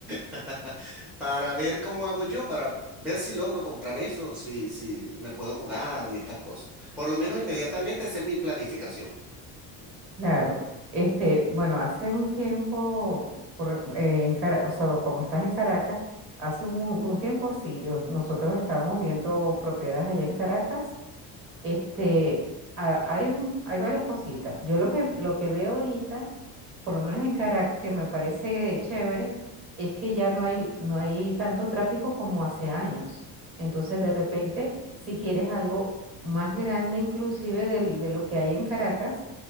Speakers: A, in the centre; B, on the right.
A: <laughs> para ver cómo hago yo, para ver si logro comprar eso, si, si me puedo mudar y estas cosas. Por lo menos inmediatamente, esa es mi planificación.
B: Claro. Este, bueno, hace un tiempo, por, eh, en Cara- o sea, como estás en Caracas, hace un, mu- un tiempo sí, yo, nosotros estábamos viendo propiedades allá en Caracas. Este, a- hay, hay varias cositas. Yo lo que, lo que veo ahorita, por lo menos en Caracas, que me parece chévere, es que ya no hay, no hay tanto tráfico como hace años. Entonces, de repente, si quieres algo más grande inclusive del- de, lo que hay en Caracas,